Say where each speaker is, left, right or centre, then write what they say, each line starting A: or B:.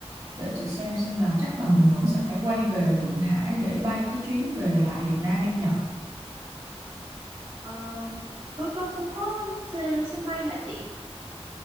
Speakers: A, on the right; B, on the right.
A: để chị xem xem là chắc là mình vẫn sẽ phải quay về Thượng Hải để bay cái chuyến về lại Việt Nam em nhỉ
B: Ờ, Tô Châu không có s- sân bay hả chị